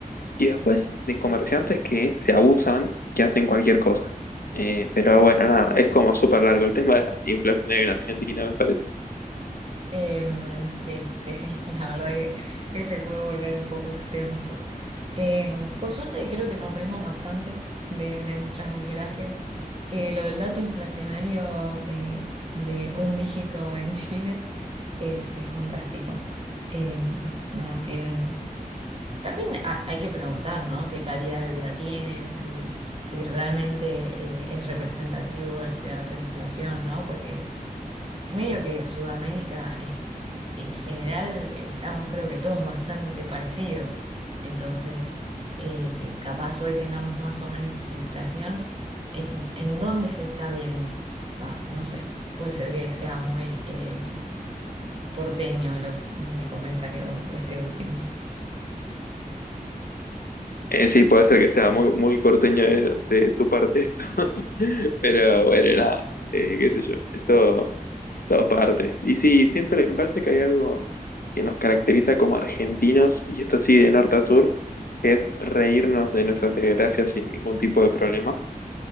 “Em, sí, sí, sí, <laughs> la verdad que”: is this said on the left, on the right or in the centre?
Right